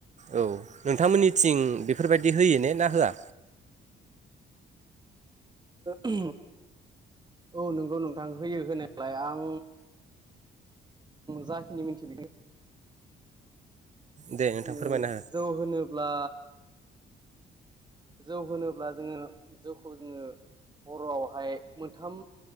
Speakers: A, on the right (about 35°); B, on the right (about 20°).
A: औ नोंथांमोननिथिं बेफोरबायदि होयो ने ना होआ?
B: हो औ नोंगौ नोंथां होयो होनायालाय आं जाखिनि मिन्थि
A: दे नोंथां
B: जोङो
A: फोरमायना
B: जौ होनोब्ला जौ होनोब्ला जोङो जौखौ जोङो बर'आवहाय मोनथाम